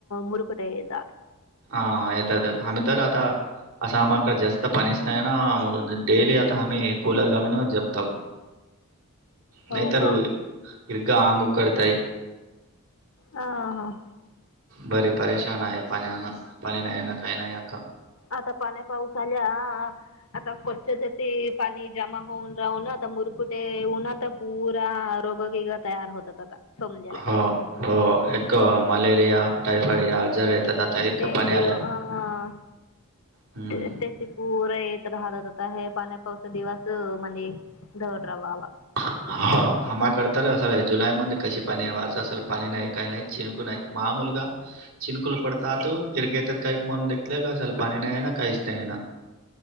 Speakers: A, on the left; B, on the right.
A: मुरकुटे जात
B: हा आ येतात आम्ही तर आता असं आमाकड जास्त पाणी अस नाहीए ना, डेली आता आम्ही कूलर घालूनच झो.
A: हो
B: नाहीतर
A: का
B: हिर्ग आंग उकडतय.
A: हा हां.
B: बरी परेशान आहे पाण्यान, पाणी नाही ये ना काही नाही अका
A: आता पाण्या पाऊस आल्या आ आ आता कच्छ ज ते पाणी जमा होऊन राहून आता मुरकुठे उन्हात तर पूरा आ रोग बिग तयार होतात. समजायला
B: होव हो एक मलेरिया, टायफाईड या आजार येतात आता इरकं
A: डेंग्यू
B: पाणी आल्या
A: आ आ
B: हम्म
A: ते पुर येत राहतात होता हे पाण्या पावसा दिवस म्हणे दडत रावावा.
B: <unintelligible> ह हमाकड तर असल जुलै मध्ये कसे पाणी आहे, वाच असल पाणी नाही काही नाही चिंकू नाही माहा मुलगा चिनकुल पडतात इरगेतात काही म्हणून देेतल्याल, पाणी नाही ए ना काहीच नाही ए ना